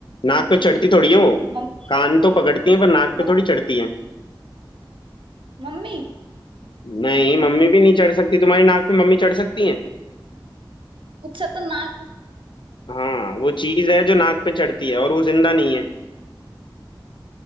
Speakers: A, on the left; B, on the right.
A: नाक पे चढ़ती थोड़ी है वो
B: मम्मी
A: कान तो पकड़ती है पर नाक
B: मम्मी
A: पे थोड़ी चढ़ती है
B: मम्मी
A: नहीं मम्मी भी नहीं चढ़ सकती तुम्हारी नाक पे मम्मी चढ़ सकती है
B: गुस्सा तो नाक पे-
A: हाँ वो चीज है जो नाक पे चढ़ती है और वो जिंदा नहीं है